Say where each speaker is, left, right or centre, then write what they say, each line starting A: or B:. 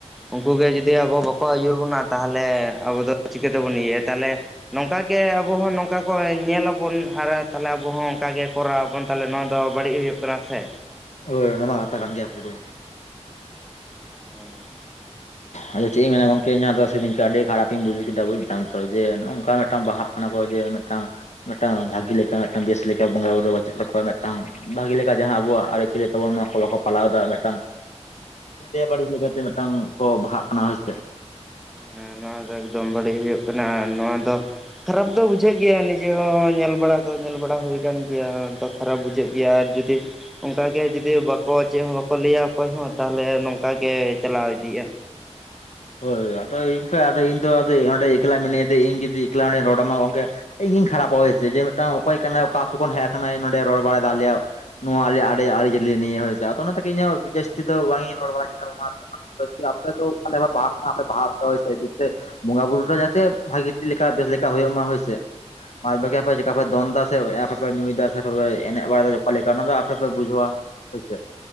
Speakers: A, in the centre; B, on the left.
A: ᱩᱱᱠᱩ ᱜᱮ ᱡᱩᱫᱤ ᱟᱵᱚ ᱵᱟᱠᱚ ᱟᱹᱭᱩᱨ ᱵᱚᱱᱟ ᱛᱟᱦᱚᱞᱮ ᱟᱵᱚ ᱫᱚ ᱪᱤᱠᱟᱹ ᱛᱮᱵᱚᱱ ᱤᱭᱟᱹᱭᱟ ᱛᱟᱦᱚᱞᱮ ᱱᱚᱝᱠᱟ ᱜᱮ ᱟᱵᱚᱦᱚᱸ ᱱᱚᱝᱠᱟ ᱠᱚ ᱧᱮᱞᱟᱵᱚᱱ ᱟᱨ ᱛᱟᱦᱚᱞᱮ ᱟᱵᱚᱦ ᱦᱚᱸ ᱚᱱᱠᱟᱜᱮ ᱠᱚᱨᱟᱣ ᱵᱚᱱ ᱛᱟᱦᱚᱞᱮ ᱱᱚᱣᱟ ᱫᱚ ᱵᱟᱹᱲᱤᱡ ᱦᱩᱭᱩᱜ ᱠᱟᱱᱟ ᱥᱮ᱾
B: ᱳᱚᱭ ᱚᱱᱟ ᱢᱟ ᱟᱛᱟ ᱠᱟᱱ ᱜᱮᱭᱟ ᱯᱩᱨᱟ᱾
A: ᱦᱳᱭ᱾
B: ᱟᱫᱚ ᱪᱮᱫ ᱤᱧ ᱢᱮᱱᱟ ᱜᱚᱝᱠᱮ ᱤᱧᱟ ᱫᱚ ᱥᱨᱮ ᱟᱹᱰᱤ ᱠᱷᱟᱨᱟᱯᱤᱧ ᱵᱩᱡᱣ ᱠᱮᱫᱟ ᱵᱩᱡ ᱫᱟᱢ ᱛᱚ ᱡᱮ ᱱᱚᱝᱠᱟ ᱢᱤᱫᱴᱟᱝ ᱵᱟᱦᱟᱜ ᱠᱟᱱᱟ ᱠᱚ ᱡᱮ ᱢᱤᱫᱴᱟᱝ ᱡᱮ ᱢᱤᱫᱴᱟᱝ ᱵᱷᱟᱜᱤ ᱞᱮᱠᱟ ᱢᱤᱫᱴᱟᱝ ᱵᱮᱥ ᱞᱮᱠᱟ ᱵᱚᱸᱜᱟ ᱵᱩᱨᱩ ᱪᱮᱫ ᱚᱠᱚᱣᱟ ᱢᱤᱫᱴᱟᱝ ᱵᱷᱟᱹᱜᱤ ᱞᱮᱠᱟ ᱡᱟᱦᱟᱸ ᱟᱵᱚᱣᱟᱜ ᱟᱹᱨᱤᱪᱟᱞᱤ ᱛᱟᱵᱚᱱ ᱱᱚᱣᱟ ᱠᱚ ᱵᱟᱠᱚ ᱯᱟᱞᱟᱣ ᱮᱫᱟ ᱢᱤᱫᱴᱟᱝ ᱵᱮᱵᱟᱹᱲᱤᱡ ᱞᱮᱠᱟᱛᱮ ᱢᱤᱫᱴᱟᱝ ᱠᱚ ᱵᱟᱦᱟᱜ ᱠᱟᱱᱟ ᱦᱳᱭᱥᱮ᱾
A: ᱦᱮᱸ ᱱᱚᱣᱟ ᱫᱚ ᱮᱠᱫᱚᱢ ᱵᱟᱹᱲᱤᱡ ᱦᱩᱭᱩᱜ ᱠᱟᱱᱟ ᱟᱨ ᱱᱚᱣᱟ ᱫᱚ ᱠᱷᱟᱨᱟᱯ ᱫᱚ ᱵᱩᱡᱷᱟᱹᱜ ᱜᱮᱭᱟ ᱱᱤᱡᱮ ᱦᱚᱸ ᱧᱮᱞ ᱵᱟᱲᱟ ᱫᱚ ᱧᱮᱞ ᱵᱟᱲᱟ ᱦᱩᱭ ᱠᱟᱱ ᱜᱮᱭᱟ ᱫᱚ᱾ ᱠᱷᱟᱨᱟᱯ ᱵᱩᱡᱷᱟᱹᱜ ᱜᱮᱭᱟ ᱟᱨ ᱡᱩᱫᱤ ᱚᱱᱠᱟᱜᱮ ᱡᱩᱫᱤ ᱵᱟᱠᱚ ᱪᱮᱫ ᱦᱚᱸ ᱵᱟᱠᱚ ᱞᱟᱹᱭᱟ ᱚᱠᱚᱭ ᱦᱚᱸ ᱛᱟᱦᱚᱞᱮ ᱱᱚᱝᱠᱟᱜᱮ ᱪᱟᱞᱟᱣ ᱤᱫᱤᱜᱼᱟ᱾
B: ᱦᱳᱭ ᱟᱫᱚ ᱤᱱᱠᱚ ᱤᱧ ᱚᱸᱰᱮ ᱮᱠᱞᱟ ᱢᱤᱱᱟᱹᱧᱟ ᱟᱫᱚ ᱤᱧ ᱡᱩᱫᱤ ᱮᱠᱞᱟ ᱚᱸᱰᱮᱧ ᱨᱚᱲ ᱟᱢᱟ ᱜᱚᱝᱠᱮ ᱤᱧ ᱜᱤᱧ ᱠᱷᱟᱨᱟᱯᱚᱟ ᱦᱳᱭᱥᱮ ᱡᱮ ᱢᱤᱫᱴ ᱚᱠᱚᱭ ᱠᱟᱱᱟᱭ ᱚᱠᱟᱛᱳ ᱠᱷᱚᱱ ᱦᱮᱡ ᱟᱠᱟᱱᱟᱭ ᱱᱚᱸᱰᱮ ᱨᱚᱲ ᱵᱟᱲᱟᱭᱮᱫ ᱟᱞᱮᱭᱟᱜ ᱱᱚᱣᱟ ᱟᱞᱭᱟ ᱟᱲᱮ ᱟᱹᱨᱤᱪᱟᱹᱞᱤ ᱱᱤᱭᱟᱹ ᱟᱫᱚ ᱚᱱᱟ ᱛᱮᱜᱮ ᱤᱧᱦᱚᱸ ᱡᱟᱹᱥᱛᱤ ᱫᱚ ᱵᱟᱝᱤᱧ ᱨᱚᱲ ᱵᱟᱲᱟ ᱠᱮᱫᱟ <unintelligible> <unintelligible> ᱟᱯᱮ ᱵᱟᱹᱦᱟ ᱟᱯᱮ ᱦᱚᱭᱥᱮ ᱡᱮᱛᱮ ᱵᱚᱸᱜᱟ ᱵᱩᱨᱩ ᱴᱟ ᱡᱟᱛᱮ ᱵᱷᱟᱜᱤ ᱞᱮᱠᱟ ᱵᱮᱥ ᱞᱮᱠᱟ ᱦᱩᱭᱩᱜ ᱢᱟ ᱦᱚᱭᱥᱮ ᱥᱮ᱾ ᱵᱟᱨᱵᱟᱠᱤ ᱟᱯᱮ ᱪᱮᱠᱟ ᱯᱮ ᱫᱚᱱ ᱮᱫᱟ ᱥᱮ ᱟᱯᱮᱯᱮ ᱧᱩᱭᱮᱫᱟ ᱥᱮ ᱯᱮ ᱮᱱᱮᱡ ᱵᱟᱲᱟᱭᱮᱫᱟ ᱚᱠᱟ ᱞᱮᱠᱟ ᱚᱱᱟᱫᱚ ᱟᱯᱮᱯᱮ ᱵᱩᱡᱷᱟᱹᱣᱟ᱾ ᱦᱚᱭᱥᱮ᱾